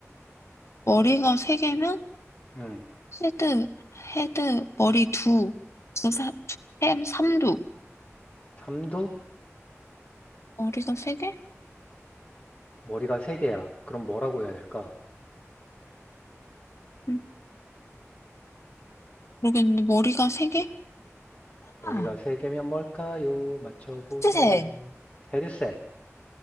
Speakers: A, on the left; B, on the left.
A: 머리가 세 개면
B: 음.
A: 헤드, 헤드, 머리 두, 두, 사, 두, 햄, 삼두.
B: 삼두?
A: 머리가 세 개?
B: 머리가 세 개야. 그럼 뭐라고 해야 될까?
A: 음, 모르겠는데 머리가 세 개?
B: 머리가
A: 아,
B: 세 개면 뭘까요? 맞춰보세요.
A: 히트셋.
B: 헤드셋.